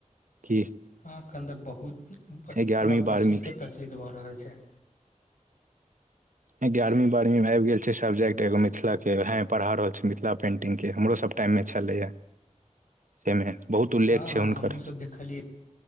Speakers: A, on the right; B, on the left.
A: कि
B: अहा के अन्दर बहुत पूरा
A: एगारहवीं
B: प्रचलिते
A: बारहवीं के
B: प्रचलित भए रहल छै।
A: गयारवीं बारहवीं आबि गेल छै सबजेक्ट एगो मिथिला के वेहे पढ़ा रहल छी मिथिला पेंटिंग के हमरो सब- टाइममे छलैए जैमे बहुत उल्लेख
B: हँ
A: छै
B: हँ
A: हुनकर।
B: हमहूँसभ देखलियै।